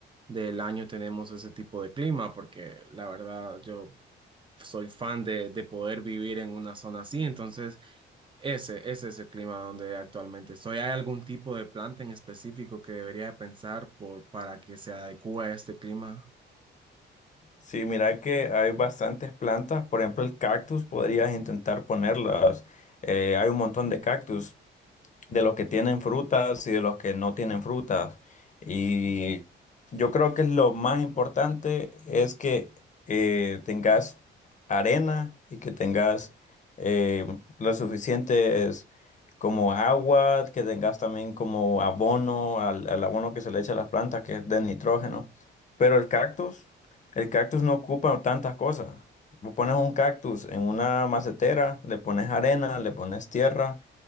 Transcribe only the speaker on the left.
Sí, mira que hay bastantes plantas, por ejemplo el cactus, podrías intentar ponerlas. Eh, hay un montón de cactus de los que tienen frutas y de los que no tienen frutas. Y yo creo que lo más importante es que eh, tengas arena y que tengas eh, las suficientes como agua, que tengas también como abono, al, al abono que se le echa a las plantas, que es de nitrógeno. Pero el cactus, el cactus no ocupa tantas cosas. Vos pones un cactus en una macetera, le pones arena, le pones tierra